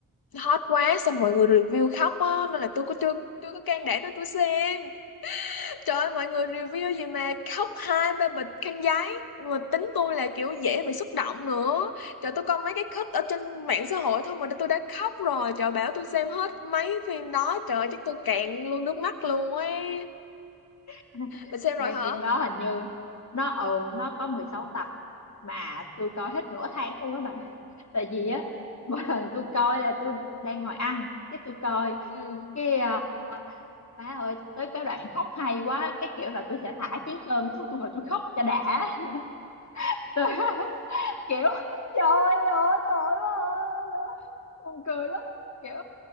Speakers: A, on the left; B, on the left.
A: hot quá, xong mọi người review khóc á, nên là tôi có chưa chưa có can đảm để tôi xem. Trời ơi, mọi người review gì mà khóc hai ba bịch khăn giấy mà tính tôi là kiểu dễ bị xúc động nữa trời tôi coi mấy cái cut ở trên mạng xã hội thôi mà tôi đã khóc rồi trời bảo tôi xem hết mấy phim đó trời chắc tôi cạn luôn nước mắt luôn ấy
B: <laughs>
A: bạn xem
B: Ê,
A: rồi hả
B: phim đó hình như nó ừ nó có 16 tập mà tôi coi hết nửa tháng luôn á bà <laughs> tại vì á mỗi lần tôi coi là tôi đang ngồi ăn cái tôi coi
A: ừ
B: cái à, má ơi tới cái đoạn khóc hay quá cái kiểu là tôi sẽ thả chén cơm xuống tôi ngồi tôi khóc cho đã <laughs> vậy đó tôi <laughs> kiểu trời ơi tội quá à." buồn cười lắm kiểu